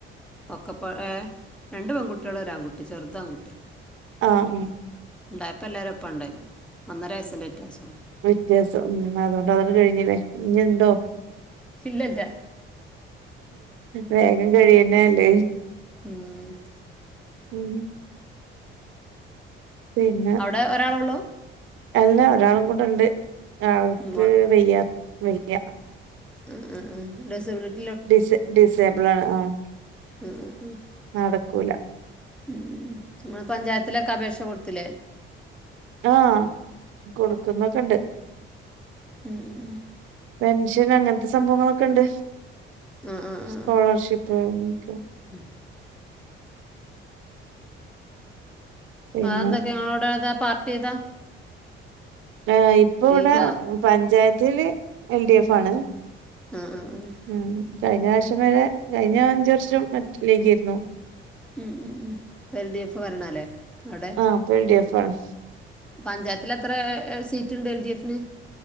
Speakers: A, in the centre; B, on the right.
A: ഒക്കെ പ്പെ ഏഹ് രണ്ട് പെങ്കുട്ട്യേള് ഒരാങ്കുട്ടി ചെർത് ആങ്കുട്ട്യാ
B: ആഹ് ഉം
A: ണ്ടായപ്പം എല്ലാരും ഒപ്പാണ്ട്ണ്ടായി ഒന്നെര വയെസ്സിൻ്റെ വിത്യാസാെള്ളൂ
B: വ്യത്യാ സം ഉം അതോണ്ട് അതണ്ട് കഴിഞ്ഞിലെ ഇഞിണ്ടൊ?
A: ഇല്ലല്ല
B: വേഗം കഴിയെന്നല്ലെ
A: ഉം
B: ഉം പിന്നെ
A: അവടെ ഒരാളൊള്ളു
B: അല്ല ഒരാളും കുടണ്ട് ആൾക്ക്
A: മോ
B: വെയ്യ വെയ്യ
A: ഉം ഉം ഉം ടിസബിലിറ്റി
B: ഡിസെ ഡിസേബ്ളാണ് ആഹ്
A: ഉം ഉം ഉം
B: നടക്കൂല
A: ഉം ഉം ഉം ഇങ്ങ്ട് പഞ്ചായത്തിലൊക്കെ അപേക്ഷ കൊട്ത്തിലെ
B: ആഹ് കൊടുക്കൊന്നക്ക ഇണ്ട്
A: ഉം ഉം ഉം
B: പെൻഷൻ അങ്ങൻത്ത സംഭവങ്ങളൊക്കണ്ട്
A: ആഹ് ആഹ് ആഹ്
B: സ്കോളർഷിപ്പ് അങ്ങക്കെ
A: ഉം
B: പിന്നെ
A: വേറെന്തൊക്കെ ഇങ്ങളോടേതാ പാർട്ടീ ഏതാ
B: ആഹ് ഇപ്പൊ
A: ലീഗോ
B: ഇവട പഞ്ചായത്തില് എൽ ഡി എഫ് ആണ്
A: ആഹ് ആഹ് ആഹ്
B: ഉം കഴിഞ്ഞ പ്രാശ്യം വരെ കഴിഞ്ഞ അഞ്ച് വർഷം എട്ട് ലീഗെര്ന്നു
A: ഉം ഉം ഉം ഇപ്പ എൽ ഡി എഫ് ഭരണവല്ലെ അവടെ
B: അപ്പ എൽഡിഫാണ്
A: പഞ്ചായത്തിലെത്രാ സീറ്റ്ണ്ട് എൽ ഡി എഫിന്